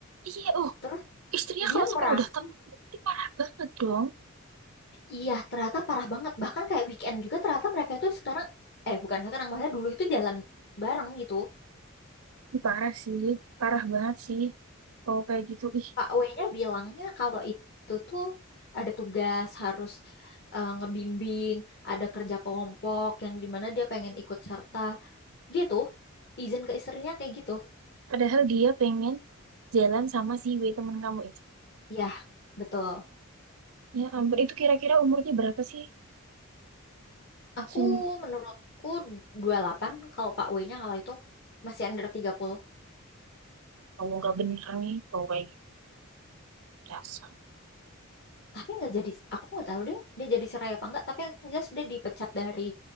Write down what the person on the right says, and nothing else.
iya, uh
istrinya
kalau sampai
udah tahu kan berarti parah banget dong.
Ih, parah sih, parah banget sih. Kalau kayak gitu, ih.
Padahal dia pengen jalan sama si W temen kamu itu.
Ya ampun, itu kira-kira umurnya berapa sih?
Si
kamu gak bener nih, kalau kayak gitu. Dasar.